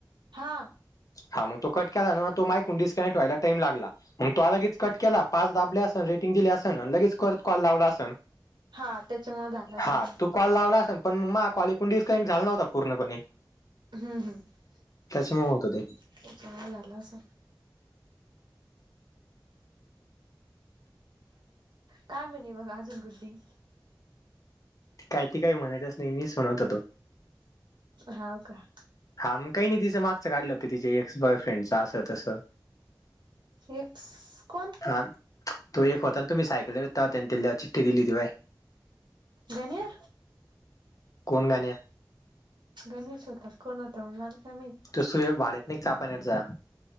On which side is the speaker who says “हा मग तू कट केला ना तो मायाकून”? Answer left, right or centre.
Left